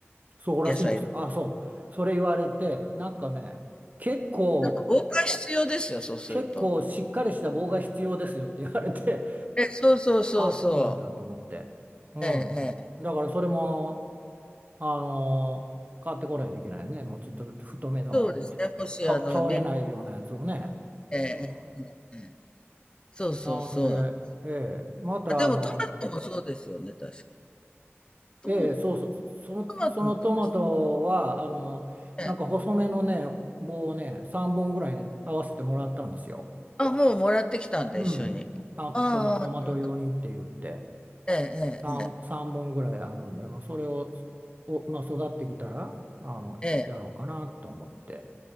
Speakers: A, on the right (about 35°); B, on the left (about 20°).
A: そうらしいんですよ。
B: 野菜です。
A: あ、そう、それ言われて、なんかね、結構、
B: 防火必要ですよ、そうすると。
A: 結構しっかりした棒が必要ですよって言われて、
B: ええ、そうそうそうそう。
A: あ、そうなんだと思って。うん。
B: ええ、ええ、
A: だからそれも、あのー買ってこないといけないよね。もうちょっと太めの、
B: そうですね。もし、
A: た、
B: あの、
A: 倒れないようなやつをね。
B: め、ええ、ええ、
A: うん
B: ええそうそうそうなんです。
A: なんで、ええ、またあの、
B: あ、でも、トマトもそうですよね、確か。トマ、
A: ええ、
B: ト
A: そうそう、その、
B: マトもそうです
A: そのトマトは、あの、
B: ね。
A: なんか細めのね、棒をね、3本ぐらいね、合わせてもらったんですよ。
B: あ、もうもらってきたんで、
A: うん。
B: 一緒に。
A: あ、
B: ああ、
A: トマ、トマト用にって言って、
B: ええ、
A: 3、
B: ええ、ええ。
A: 三本ぐらいあるんで、まあ、それを、お、まあ、育ってきたら、あの、
B: ええ、
A: やろうかなと思って。